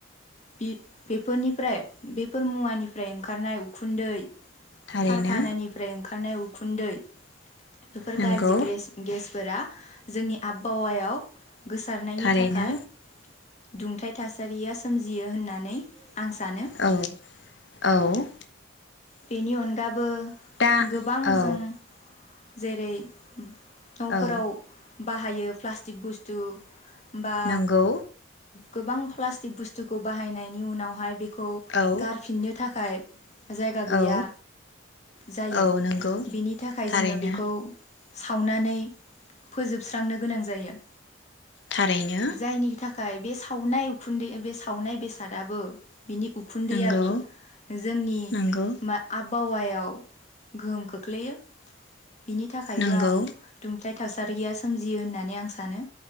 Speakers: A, on the left; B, on the left.
A: बि बेफोरनिफ्राय बेफोर मुवानिफ्राय ओंखारनाय उखुन्दै
B: थारैनो
A: कारखानानिफ्राय ओंखारनाय उ खुन्दै। बेफोर
B: नंगौ
A: गाज्रि ग्रेस गेस। फोरा जोंनि आबबावायाव गोसारनायनि
B: थारैनो
A: थाखाय दुंथाइ थास सारिया सोमजियो होननानै सानो
B: औ औ।
A: बेनि अनगाबो
B: दा
A: गोबां
B: औ
A: जों जेरै न'फोराव
B: औ
A: बाहायो प्लास्टिक बुस्थु बा
B: नंगौ
A: गोबां प्लास्टिक बुस्थुखौ बाहायनायनि उनावहाय बे खौ
B: औ
A: गारफिननो थाखाय गैया
B: औ
A: जायो
B: औ नंगौ
A: बेनि थाखाय
B: थारैनो
A: जोङो बेखौ सावनानै फोजोब सुस्रांनो गोनां जायो
B: थारैनो
A: जायनि थाखाय बे सावनाय उखुन्दै बे सावनाय बेसादाबो बिनि उखुन्दैयाबो
B: नंगौ
A: जोंनि
B: नंगौ
A: आबहावायाव गोहोम खोख्लैयो बिनि थाखायबो
B: नंगौ
A: आं दुंथाय थासा <unintelligible> सोमजियो होननानै आं सानो